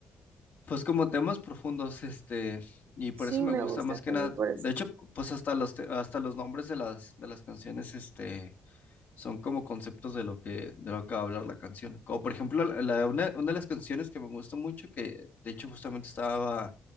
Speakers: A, on the left; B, on the right.
A: pues como temas profundos, este, y por
B: Sí,
A: eso me
B: me
A: gusta
B: gusta
A: más que
B: también
A: nada.
B: por eso.
A: De hecho, pues hasta los, te- hasta los nombres de las, de las canciones, este son como conceptos de lo que, de lo que va a hablar la canción. Como por ejemplo, la, la- una, una de las canciones que me gusta mucho, que de hecho justamente estaba